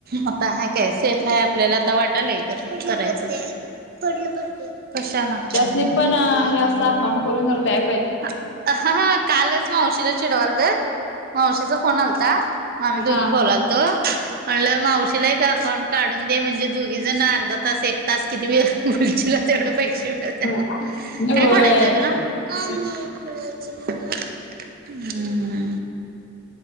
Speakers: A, on the right (about 45°); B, on the left (about 60°).
A: आता ह काय सेफ आहे आपल्याला आता वाटालय तर करायचं. खोड नंबर दे! कशाला?
B: नाही पण हे असं अकाउंट करून जर द्याय पाहिजे.
A: हा हा कालच मावशील चिडवाल त. मावशीचा फोन आलता आम्ही दोघी
B: हा,
A: बोलालतो
B: हा.
A: म्हणलं मावशीला एक अकाउंट. काढून दे म्हणजे दोघी जण अर्धा तास एक तास किती खुर्चीला तेवढं पैसे मिळत.
B: होय.
A: काय खोडायचंय तुला <unintelligible>